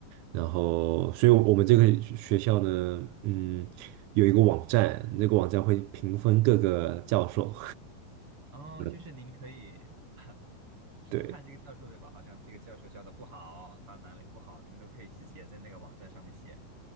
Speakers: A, on the right; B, on the right.
A: 然后，所以我们这个学校呢，嗯，有一个网站，那个网站会评分各个教授，
B: 哦，
A: <laughs>
B: 就是您可以
A: 嗯
B: <laughs> 批判这个教授，
A: 对
B: 对吧？好像这个教授教的不好，他哪里不好，您都可以直接在那个网站上面写。